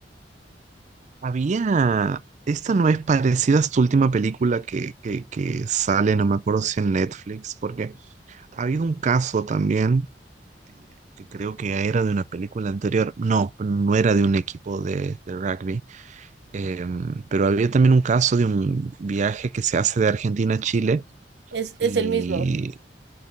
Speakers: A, on the right; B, on the right.
A: Había, esta no es parecida a tu última película que, que, que sale, no me acuerdo si en Netflix, porque ha habido un caso también, que creo que era de una película anterior, no, no era de un equipo de, de rugby Eh, pero había también un caso de un viaje que se hace de Argentina a Chile
B: Es, es
A: y
B: el mismo,